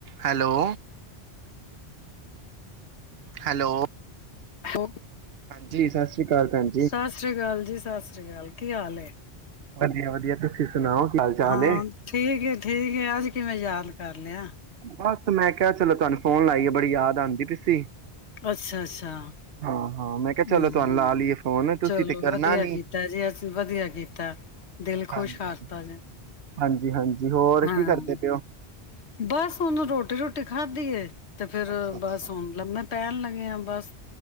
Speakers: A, on the right (about 70°); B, on the left (about 80°).
A: Hello. Hello.
B: ਉਹ
A: ਜੀ ਸਸ ਸ੍ਰੀ ਅਕਾਲ ਭੈਣ
B: ਸਤਿ ਸ੍ਰੀ ਅਕਾਲ ਜੀ ਸਤਿ ਸ੍ਰੀ ਅਕਾਲ। ਕੀ ਹਾਲ ਏ।
A: ਵਧੀਆ ਵਧੀਆ ਤੁਸੀਂ ਸੁਣਾਓ ਕੀ ਹਾਲ ਚਾਲ
B: ਹਾਂ
A: ਏ?
B: ਠੀਕ ਠੀਕ ਅੱਜ ਕਿਵੇਂ ਯਾਦ ਕਰ ਲਿਆ
A: ਬਸ ਮੈਂ ਕਿਹਾ ਚਲੋ ਤੁਹਾਨੂੰ ਫੋਨ ਲਾਈਏ ਬੜੀ ਯਾਦ ਆਉਂਦੀ ਪੀ ਸੀ
B: ਅੱਛਾ-ਅੱਛਾ। ਹਮ,
A: ਹਾਂ ਹਾਂ, ਮੈਂ ਕਿਹਾ ਚਲੋ ਤੁਹਾਨੂੰ ਲਾ ਲਈਏ ਫੋਨ ਤੁਸੀਂ
B: ਚਲੋ
A: ਤੇ ਕਰਨਾ
B: ਵਧੀਆ
A: ਨੀ।
B: ਕੀਤਾ ਜੀ ਅਜ ਵਧੀਆ ਕੀਤਾ ਦਿਲ
A: ਹਾਂਜੀ,
B: ਖੁਸ਼ ਕਰਤਾ ਜੇ।
A: ਹਾਂਜੀ, ਹਾਂਜੀ। ਜੀ, ਹੋਰ
B: ਹਾਂ।
A: ਕੀ ਕਰਦੇ ਪਏ ਹੋ?
B: ਬਸ ਉਹਨੂੰ ਰੋਟੀ ਰੋਟੀ ਖਾਦੀ ਹੈ। ਤੇ ਫੇਿਰ
A: ਅੱਛਾ ਅੱਛਾ,
B: ਬਸ ਹੁਣ ਲੰਬੇ ਪਹਿਣ ਲੱਗੇ ਆ ਬਸ।